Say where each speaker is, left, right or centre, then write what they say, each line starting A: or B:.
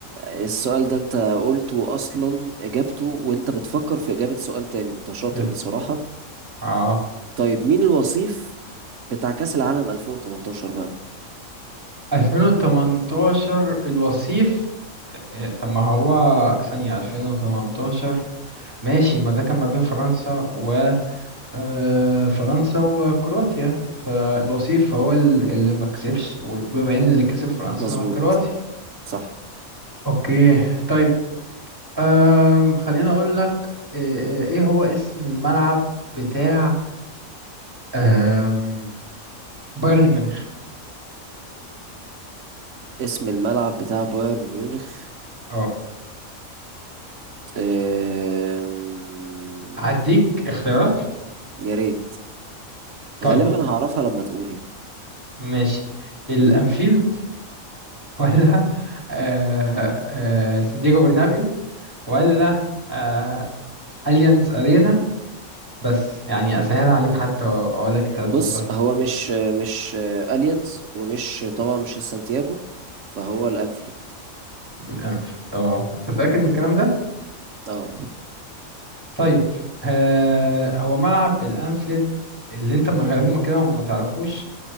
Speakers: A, on the right; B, on the right.
A: السؤال ده انت قلته اصلا اجابته وانت بتفكر في اجابة سؤال تاني انت شاطر
B: يلا.
A: بصراحة
B: اه
A: طيب مين الوصيف بتاع كأس العالم 2018 بقى
B: 2018 الوصيف اه، آه، طب ما هو ثانية 2018 ماشي ما ده كان ما بين فرنسا و اه، فرنسا وكرواتيا فالوصيف هو ال- اللي ما كسبش وبما ان اللي كسب فرنسا
A: مظبوط
B: هو كرواتيا
A: صح
B: اوكي طيب أم خليني أقول لك إيه إيه هو اسم الملعب بتاع أم بايرن ميونخ
A: اسم الملعب بتاع بايرن ميونخ
B: اه
A: آم،
B: هديك اختيارات
A: يا ريت
B: طيب
A: غالبا هعرفها لما تقول يعني
B: ماشي الأنفيلد ولا آه، آه، سانتياغو برنابيو ولا آه، أليانز أرينا بس يعني أسهل عليك حتى أقول لك التلاتة
A: بص
B: دول بس
A: هو مش مش اليانز ومش طبعا مش السانتياجو فهو الانفيلد
B: الأنفيلد اه أنت متأكد من الكلام ده؟
A: اه
B: طيب آه، هو ملعب الأنفيلد اللي انت م- غالبا كده ما تعرفوش